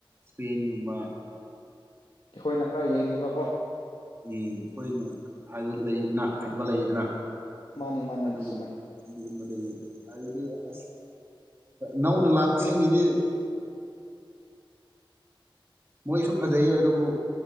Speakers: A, on the right; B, on the left.
A: ꯁ꯭ꯄꯦꯟꯒꯨꯝꯕ
B: ꯑꯩꯈꯣꯏꯅ ꯈꯔ ꯌꯦꯡꯅꯤꯡꯕꯀꯣ
A: ꯎꯝ ꯑꯩꯈꯣꯏꯅ ꯍꯥꯏꯕ ꯂꯩꯅ ꯈꯟꯕ ꯂꯩꯗꯅ
B: ꯃꯥꯅꯦ ꯃꯥꯅꯅꯦ
A: ꯑꯗꯨꯒꯨꯝ
B: ꯆꯨꯝꯃꯦ
A: <unintelligible> ꯑꯁ ꯅꯧꯅ ꯂꯥꯛꯄꯁꯤꯡꯒꯤꯗꯤ <inaudible> ꯃꯣꯏꯁꯨ ꯐꯖꯩꯌꯦ ꯑꯗꯨꯕꯨ